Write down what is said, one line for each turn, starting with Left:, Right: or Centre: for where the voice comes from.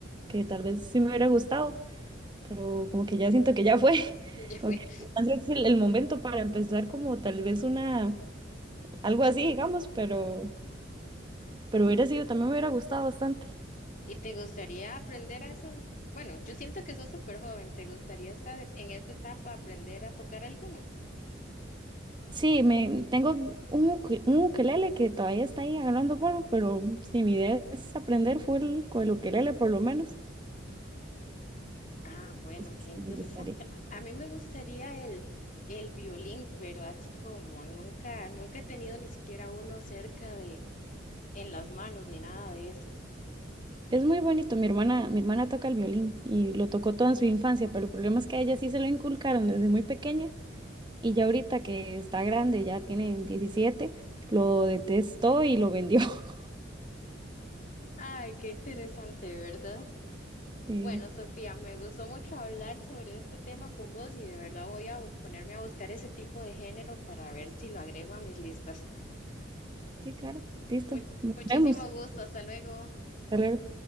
Right: que tal vez sí me hubiera gustado, pero como que ya siento que ya fue,
Left: <laughs>
Right: <laughs>
Left: ya fue.
Right: como que así es el, el momento para empezar como tal vez una, algo así, digamos, pero, pero hubiera sido, también me hubiera gustado bastante.
Left: ¿Y te gustaría aprender a eso? Bueno, yo siento que sos súper joven, ¿te gustaría estar e-, en esta etapa aprender a tocar alguno?
Right: Sí, me, tengo un, uku- un ukelele que todavía está ahí agarrando polvo, pero sí, mi idea es aprender full con el ukelele por lo menos.
Left: Ah, bueno,
Right: sí,
Left: qué
Right: sí,
Left: interesante.
Right: me gustaría.
Left: A a mí me gustaría el, el violín, pero así como nunca, nunca he tenido ni siquiera uno cerca de, en las manos ni nada de eso.
Right: Es muy bonito. Mi hermana, mi hermana toca el violín y lo tocó toda en su infancia, pero el problema es que a ella sí se lo inculcaron desde muy pequeña y ya ahorita que está grande, ya tiene diecisiete lo detestó y lo vendió. <laughs>
Left: Ay, qué interesante, ¿verdad? Bueno,
Right: Sí,
Left: Sofía, me gustó mucho hablar sobre este tema con vos y de verdad voy a bu- ponerme a buscar ese tipo de género para ver si lo agrego a mis listas.
Right: sí, claro. Listo.
Left: Mu-
Right: Nos
Left: muchísimo
Right: vemos.
Left: gusto, hasta luego.
Right: Hasta luego.